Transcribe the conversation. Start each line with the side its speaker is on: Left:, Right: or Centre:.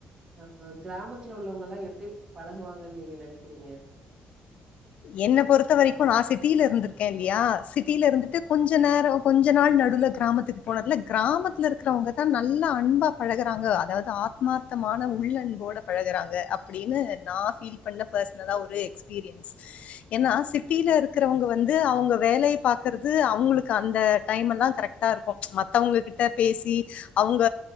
Right: அ அ கிராமத்துல உள்ளவங்கல்லா எப்டி பழகுவாங்கன்னு நீங்க நெனைக்கிறீங்க
Left: என்ன பொறுத்த வரைக்கு நா சிட்டில இருந்திருக்கே இல்லையா சிட்டியில இருந்துட்டு கொஞ்ச நேரொ கொஞ்ச நாள் நடுல கிராமத்துக்கு போனதுல கிராமத்துல இருக்கிறவங்க தான் நல்லா அன்பா பழகுிறாங்க அதாவது ஆ மார்த்தமான உள்ளன்போட பழகுறாங்க அப்டின்னு நா ஃபீ இ பண்ண பர்சனலா ஒரு எக்ஸ்பீரியன்
Right: <inaudible>
Left: ஏன்னா சிட்டியில இருக்கிறவங்க வந்து அவங்க வேலைய பாக்குறது அவுங்களுக்கு அந்த டைம் எல்லா கரெக் டா இருக்கு மத்தவங்ககிட்ட பேசி அவுங்க